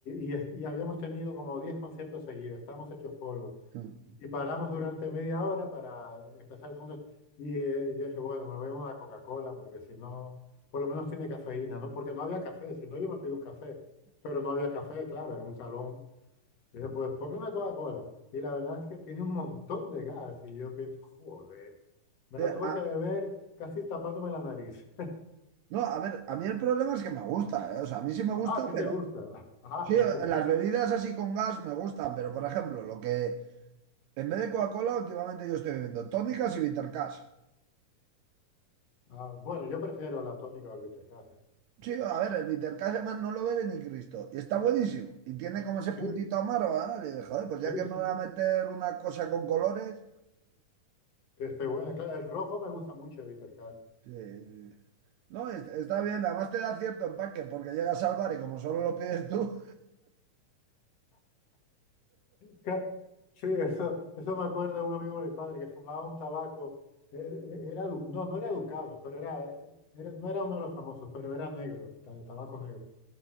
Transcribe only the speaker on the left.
y est- y habíamos tenido como 10 conciertos seguidos, estábamos hechos polvos.
Y paramos durante media hora para empezar el segundo. Y eh, yo dije, bueno, me voy a una Coca-Cola porque si no, por lo menos tiene cafeína, ¿no? Porque no había café, si no yo me pido un café. Pero no había café, claro, en un salón Dije, pues ponme una Coca-Cola. Y la verdad es que tiene un montón de gas. Y yo pienso, joder, me
la tuve
que beber casi tapándome la nariz. <laughs>
Ah, ¿a ti
te gusta? <laughs> Ah,
vaya.
Ah, bueno, yo prefiero la tónica o el bitter café.
Sí,
sí,
sí,
que esté buena. Claro, el rojo me gusta mucho el bitter café.
Ca- Sí, eso, eso me acuerda un amigo de mi padre que fumaba un tabaco. Él- él Era, du- no, no era Ducados, pero era, era- no era uno de los famosos, pero era negro, el ta- el tabaco negro.